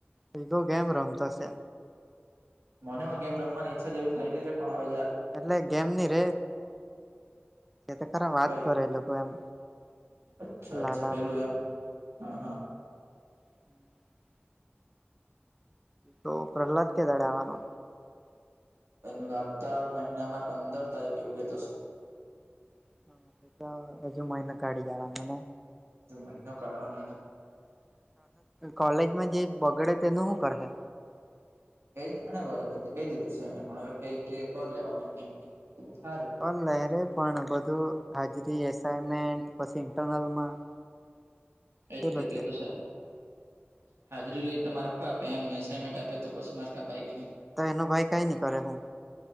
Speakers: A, in the centre; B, on the right.
A: ફધો ગમ રમતા છે.
B: મને હ ગેમ રમવા ઈચ્છા જેવી થાયલી ર પણવેક
A: એટલે ગેમની રે તે ખરા વાત
B: કઈ
A: કરે એ લોકો એમ.
B: અચ્છા
A: લાલાવાણી
B: અચ્છા પેલું એમ હા હા.
A: <inaudible> તો પ્રહલાદ કે દડે આવવાનો.
B: એ આવતા મહિનામાં પંદર તારીખ એવું કેતો છે.
A: હા તો હજુ મહિનો કાઢી જવાનું ને.
B: મહિનો કાઢવાનો.
A: કોલેજમાં જે બગડે તેનું શું કરે.
B: એજ જાણ મેં તો કહી દીધું છે એને પણ હ ક લેવા મે ક સારું.
A: ઓન લરે પણ બધું હાજરી એસાઈમેન્ટ પછી ઇન્ટરનલમાં
B: એતકેતસા
A: તે લોકો
B: હાજરી રય તો માર્ખો આપે એમને એઇનમેન્ટ આપે તો પછી માર્ક અપાય કે નને.
A: તો એનો ભાઈ કાંઈ નહી કરે હું.